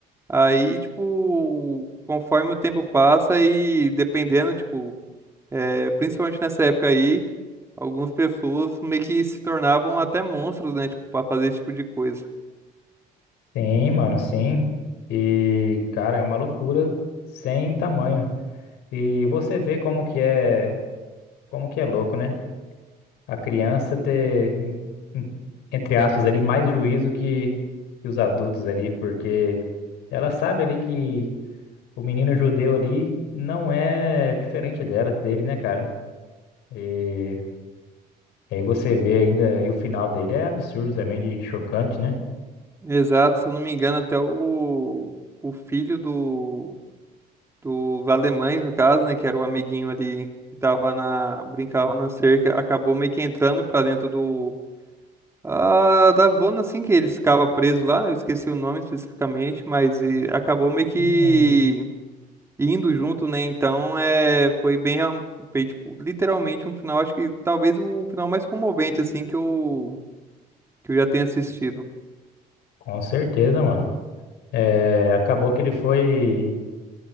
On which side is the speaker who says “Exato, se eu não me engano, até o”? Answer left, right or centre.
Right